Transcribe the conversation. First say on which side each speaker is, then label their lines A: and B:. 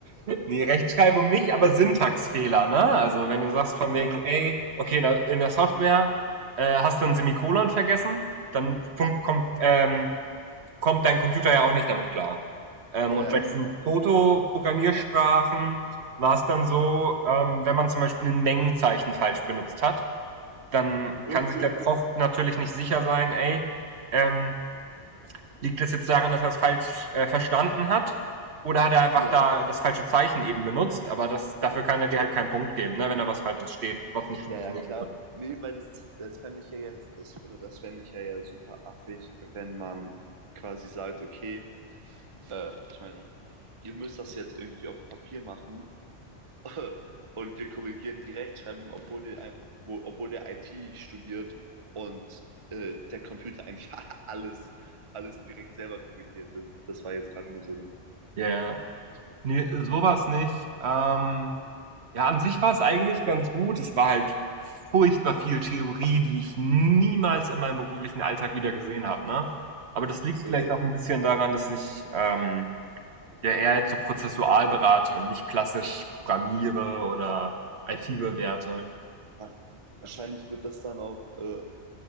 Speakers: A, on the right; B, on the right.
A: Nee, Rechtschreibung nicht, aber Syntaxfehler,
B: Okay,
A: ne? Also wenn du sagst von
B: ja,
A: wegen, ey, okay, in der, in der Software äh, hast du ein Semikolon vergessen, dann fun- kommt, ähm, kommt dein Computer ja auch nicht damit klar. Ähm,
B: ja,
A: und
B: ja,
A: bei
B: klar.
A: diesen Proto-Programmiersprachen war es dann so, ähm, wenn man zum Beispiel ein Mengenzeichen falsch benutzt hat, dann
B: <laughs>
A: kann sich der Prof natürlich nicht sicher sein, ey, ähm, Liegt das jetzt daran, dass er es falsch äh, verstanden hat? Oder hat er einfach
B: Ja,
A: da das falsche Zeichen eben benutzt? Aber das, dafür kann er dir halt keinen Punkt geben, ne? wenn da was Falsches steht, was nicht funktioniert
B: ja, ja, klar. Nee, weil das, das fände ich ja jetzt, das, oder das fände ich ja, ja super affig, wenn man quasi sagt, okay, äh, ich meine, ihr müsst das jetzt irgendwie auf Papier machen, <laughs> Und wir korrigieren die Rechtschreibung, obwohl der einfach, wo, obwohl der IT studiert und äh, der Computer eigentlich <laughs> alles, alles direkt selber korrigiert. Das, das war jetzt gerade nur so eine.
A: Ja, ja. Nee, sowas nicht. Ähm, ja, an sich war es eigentlich ganz gut. Es war halt furchtbar viel Theorie, die ich niemals in meinem beruflichen Alltag wieder gesehen habe. Ne? Aber das liegt
B: Ach so,
A: vielleicht
B: ja.
A: auch ein bisschen daran, dass ich ähm, ja eher jetzt so prozessual berate und nicht klassisch programmiere oder IT bewerte.
B: Ah, Wahrscheinlich wird das dann auch, äh,